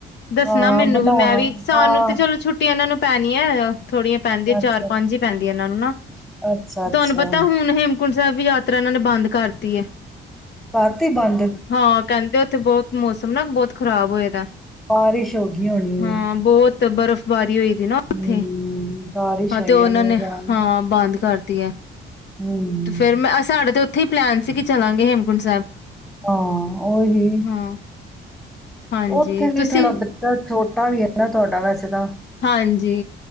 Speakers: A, on the left; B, in the centre.
A: ਦੱਸਣਾ
B: ਹਾਂ
A: ਮੈਨੂੰ
B: ਬਣਾ
A: ਵੀ ਮੈਂ ਵੀ ਸਾਹ
B: ਹਾਂ
A: ਨੂੰ ਤੇ ਚਲੋ ਛੁੱਟੀਆਂ ਇਹਨਾਂ ਨੂੰ ਪੈ ਨ ਆਇਓ ਥੋੜੀਆਂ ਪੈਂਦੀਆਂ
B: ਅੱਛਾ
A: ਚਾਰ ਪੰਜ ਹੀ ਪੈਂਦੀਆਂ ਇਹਨਾਂ ਨੂੰ ਨਾ
B: ਅੱਛਾ ਅੱਛਾ ਅੱਛਾ
A: ਤੁਹਾਨੂੰ ਪਤਾ ਹੁਣ ਹ ਕਟ ਸਾਹਿਬ ਵੀ ਯਾਤਰਾ ਇਹਨਾਂ ਨੇ ਬੰਦ ਕਰਤੀ ਹੈ
B: ਘਰ ਤੇ ਬੰਦ
A: ਹਾਂ ਕਹਿੰਦੇ ਉੱਥੇ ਬਹੁਤ ਮੌਸਮ ਨਾ ਬਹੁਤ ਖ਼ਰਾਬ ਹੋਏ ਦਾ
B: ਬਾਰਿਸ਼ ਹੋ ਗਈ ਹੋਣੀ ਹੈ
A: ਹਾਂ ਬਹੁਤ ਬਰਫ਼ ਵਾਰੀ ਹੋਈ ਉੱਥੇ
B: ਹਮ ਬਾਰਿਸ਼
A: ਹਾਂ
B: ਹੋਈ
A: ਤੇ ਉਹਨਾਂ
B: ਹੋਣੀ
A: ਨੇ
B: ਹੈ ਯਾਰ
A: ਹਾਂ ਬੰਦ ਕਰਤੀ ਹੈ
B: ਹਮ
A: ਤੇ ਫਿਰ ਮੈਂ ਸਾਡੇ ਤੇ ਉੱਥੇ ਪਲੈਨ ਸੀ ਕਿ ਚੱਲਾਂਗੇ ਹੇਮਕੁੰਟ ਸਾਹਿਬ
B: ਹਾਂ ਉਓਹੀ
A: ਹਾਂ ਹਾਂਜੀ
B: ਉੱਥੇ ਵੀ
A: ਤੁਸੀਂ
B: ਥੋੜਾ ਬੱਚਾ ਛੋਟਾ ਵੀ ਹੈ ਨਾ ਤੁਹਾਡਾ ਵੈਸੇ ਅਛ ਤਾਂ
A: ਹਾਂਜੀ